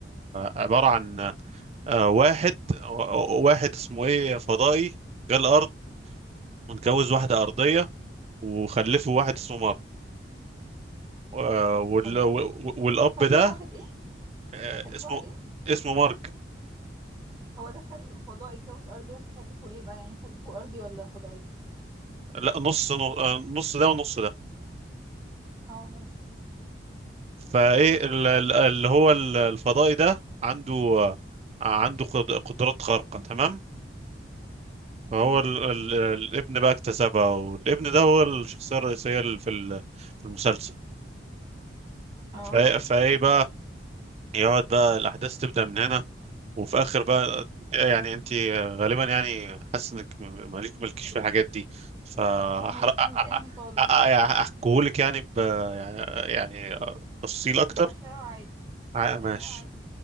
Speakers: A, on the right (about 35°); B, on the right (about 20°).
A: عباره عن آه، واحد واحد اسمه ايه فضائي جه الارض متجوز واحده ارضيه وخلفه واحد اسمه مارك آه، وال...
B: الله
A: وال- والاب
B: خلفوا
A: ده
B: واحد ايه
A: آه،
B: خلفوا
A: اسمه
B: واحد ايه
A: اسمه مارك
B: هو ده خل... فضائي اتجوز ارضيه فخلفوا ايه بقى يعني خلفوا ارضي ولا فضائي
A: لا نص نص ده ونص ده
B: اه ماشي
A: فايه ال- ال- اللي هو ال- الفضائي ده عنده عنده قد- قدرات خارقة تمام فهو
B: امم
A: ال... ال... الابن بقى اكتسبها والابن ده هو الشخصية الرئيسية ال- في ال... في المسلسل
B: اه
A: ف... فايه بقى يقعد بقى الأحداث تبدأ من هنا وفي آخر بقى يعني أنت غالبا يعني حاسس إنك م- مالك مالكيش في الحاجات دي فأحرق
B: لا ماليش في الانمي خالص
A: أحكيهولك يعني ب... يعني يعني تفصيل أكتر
B: احرقه عادي
A: آه، ماشي
B: احرقه عادي